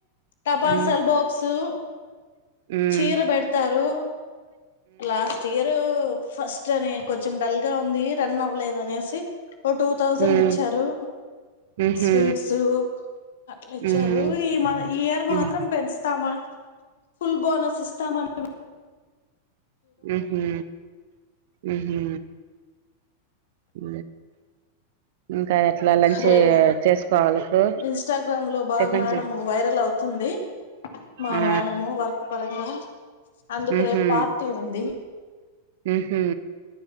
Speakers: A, on the left; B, on the right.
A: టపాసల్
B: ఉమ్
A: బాక్సు
B: ఉమ్
A: చీర పేడతారు లాస్ట్ ఇయరు ఫస్ ని కొంచెం డల్గా ఉంది రన్ అవ్వలేదు అనేసి ఓ టూ థౌజండ్
B: ఉమ్ ఉమ్
A: ఇచ్చారు
B: ఉహు
A: స్వీట్స్ అట్ల ఇచ్చారు
B: ఉమ్
A: ఈ మా ఈ ఇయర్ మాత్రం
B: ఉమ్
A: పెంచుతామ ఫుల్ బోనస్ ఇస్తాం <unintelligible>
B: ఉహు ఉహు ఉ ఇంకా ఎట్లా లంచ్
A: రే
B: చేసుకోవాలకు
A: ఇన్స్టాగ్రామ్ లో బాగా
B: టిఫిన్
A: మేడం వైరల్ అవుతుంది మా
B: ఆ
A: మేడము వర్క్ <unintelligible> అందుకు
B: ఉహు
A: రేపు పార్టీ ఉంది
B: ఉహు